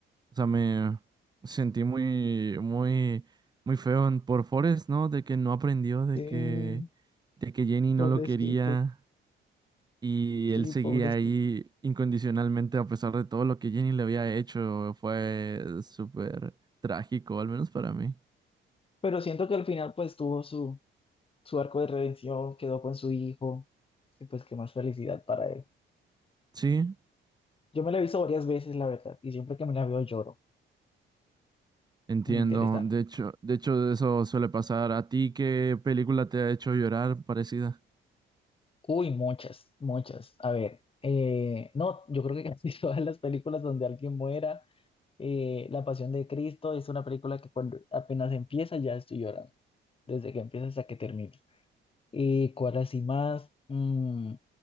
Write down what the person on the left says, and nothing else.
Sí,
pobrecito,
sí,
pobrecito.
Pero siento que al final pues tuvo su, su arco de redención, quedó con su hijo y pues qué más felicidad para él.
Yo me la he visto varias veces, la verdad, y siempre que me la veo lloro.
Muy interesante.
Uy, muchas, muchas. A ver, eh, no, yo creo que casi <laughs> todas las películas donde alguien muera eh, La Pasión de Cristo es una película que cuando apenas empieza ya estoy llorando, desde que empieza hasta que termina. Eh, ¿cuál así más? Mm,